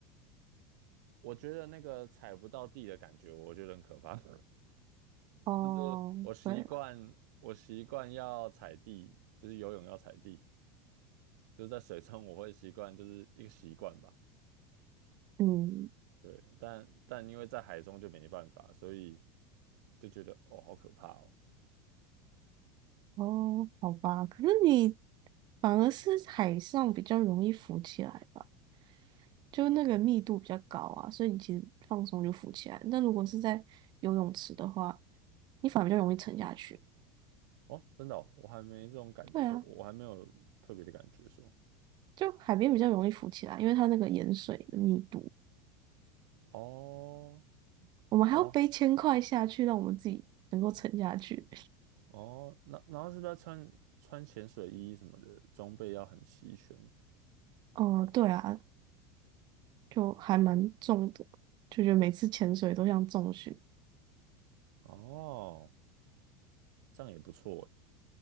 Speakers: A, on the right; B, on the right.
A: 我觉得那个踩不到地的感觉，我觉得很可怕。<laughs>
B: 哦，
A: 就是我习惯我习惯要踩地，
B: 对了，
A: 就是游泳要踩地，就是在水中我会习惯，就是一个习惯吧。
B: 嗯，
A: 对，但但因为在海中就没办法，所以就觉得哦，好可怕哦。
B: 哦，好吧，可是你反而是海上比较容易浮起来吧，就那个密度比较高啊，所以你其实放松就浮起来。那如果是在游泳池的话，你反而比较容易沉下去。
A: 哦，真的哦，我还没这种感觉，
B: 对啊，
A: 我我还没有特别的感觉说，
B: 就海边比较容易浮起来，因为它那个盐水的密度。
A: 哦
B: 我们还要背千块下去，
A: 哦
B: 让我们自己能够沉下去。
A: 哦，那然后是不是要穿穿潜水衣什么的，装备要很齐全？
B: 哦、对啊，就还蛮重的，就觉得每次潜水都像重训。
A: 哦，这样也不错诶